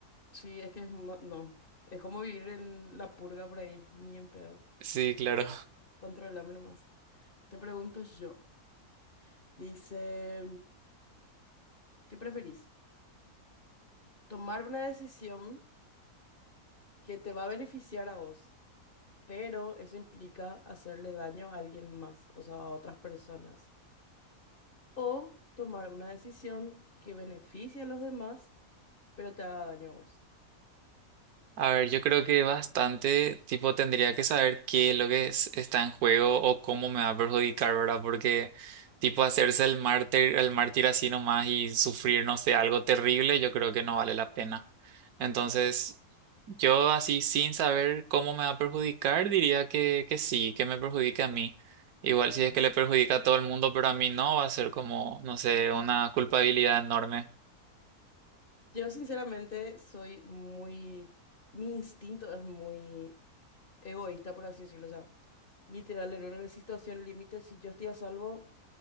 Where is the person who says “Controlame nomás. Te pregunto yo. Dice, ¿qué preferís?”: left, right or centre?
Left